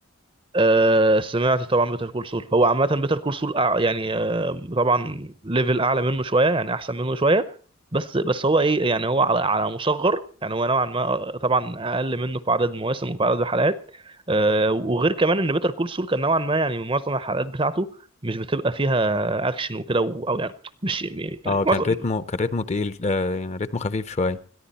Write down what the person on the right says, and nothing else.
آه، سمعت طبعا بيتر كول سول هو عامة بيتر كول سول يعني آه، طبعا ليفل أعلى منه شوية يعني أحسن منه شوية بس بس هو إيه يعني هو على على مصغر يعني هو نوعا ما آه، طبعا أقل منه في عدد مواسم وفي عدد حلقات آه، وغير كمان إن بيتر كول سول كان نوعا ما يعني معظم الحلقات بتاعته مش بتبقى فيها أكشن وكده و- أو يعني مش يعني
معظم